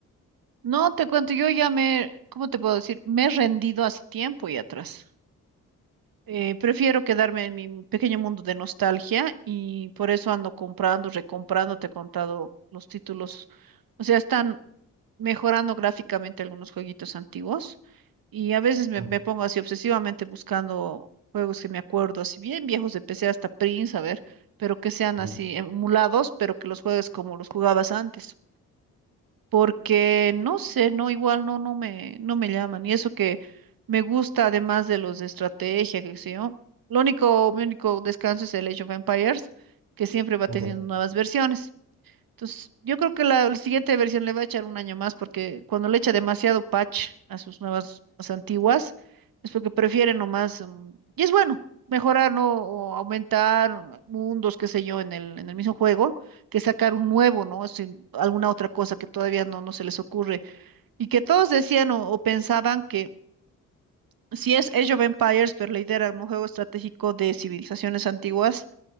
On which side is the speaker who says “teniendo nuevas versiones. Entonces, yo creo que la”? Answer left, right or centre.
Right